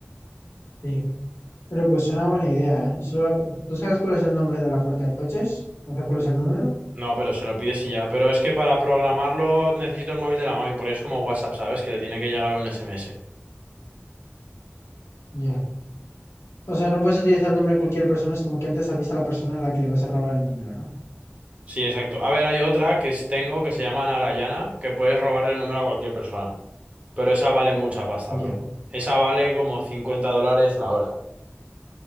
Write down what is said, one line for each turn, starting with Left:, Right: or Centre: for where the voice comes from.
Left: sí. Pero pues es una buena idea, ¿eh? Solo- ¿Tú sabes cuál es el nombre de la puerta de coches? O sea, ¿cuál es el número?
Right: No, pero se lo pides y ya. Pero es que para programarlo necesito el móvil de la mami, porque es como WhatsApp, ¿sabes? Que le tiene que llegar un SMS.
Left: Ya. O sea, no puedes utilizar el nombre de cualquier persona, es como que antes avisa a la persona a la que le vas a robar el número, ¿no?
Right: Sí, exacto. A ver, hay otra que es- tengo que se llama Narayana, que puedes robarle el número a cualquier persona. Pero esa vale mucha pasta,
Left: Ya.
Right: bro. Esa vale como 50 dólares la hora.